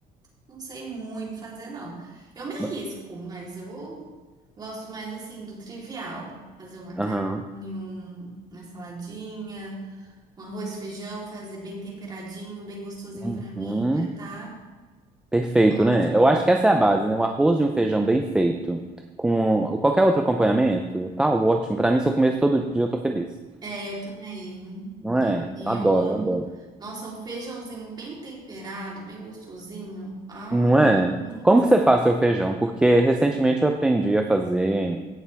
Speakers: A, on the right (about 25°); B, in the centre.
A: Não sei muito fazer, não. Eu me arrisco,
B: Ma-
A: mas eu gosto mais assim do trivial. Fazer uma carne,
B: Aham.
A: um- uma saladinha, um arroz, feijão, fazer bem temperadinho, bem gostosinho
B: Uhum.
A: pra mim, já tá
B: Perfeito, né?
A: ótimo.
B: Eu acho que essa é a base, né? Um arroz e um feijão bem feito, com qualquer outro acompanhamento, tá ótimo. Pra mim, se eu comer isso todo dia, eu tô feliz.
A: É, eu também.
B: Não é?
A: E
B: Eu adoro,
A: eu amo.
B: eu adoro.
A: Nossa, um feijãozinho bem temperado, bem gostosinho. Ah,
B: Não é?
A: hum.
B: Como que você faz seu feijão? Porque recentemente eu aprendi a fazer